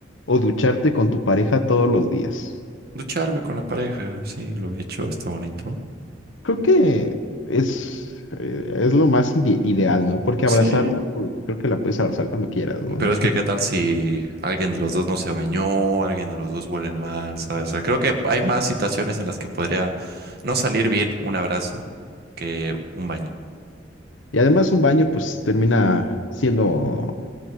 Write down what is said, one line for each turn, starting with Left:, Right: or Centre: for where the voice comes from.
Left: o ducharte con tu pareja todos los días?
Right: Ducharme con la pareja, sí, lo he hecho, está bonito.
Left: Creo que es, eh, es lo más ide- ideal, ¿no? Porque
Right: Sí.
Left: abrazarla, pues creo que la puedes abrazar cuando quieras, ¿no?
Right: Pero es que, ¿qué tal si alguien de los dos no se bañó, alguien de los dos huele mal, ¿sabes? O sea, creo que hay más situaciones en las que podría no salir bien un abrazo que un baño.
Left: Y además un baño, pues termina siendo